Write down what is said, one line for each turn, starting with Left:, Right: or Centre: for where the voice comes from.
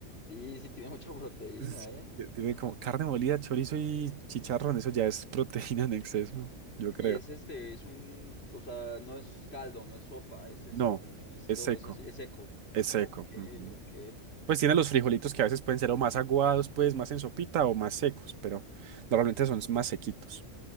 Left: sí, sí tiene mucha proteína,
Right: Sí,
Left: ¿eh?
Right: ti- Tiene como carne molida, chorizo y chicharrón. Eso ya es proteína en exceso, yo creo.
Left: Y es este, es un, o sea, no es caldo, no es sopa, es este,
Right: No,
Left: un, es
Right: es
Left: todo,
Right: seco.
Left: es así, es seco.
Right: Es seco.
Left: Ok,
Right: ujú.
Left: ok.
Right: Pues tiene los frijolitos que a veces pueden ser o más aguados, pues más en sopita o más secos, pero normalmente son más sequitos.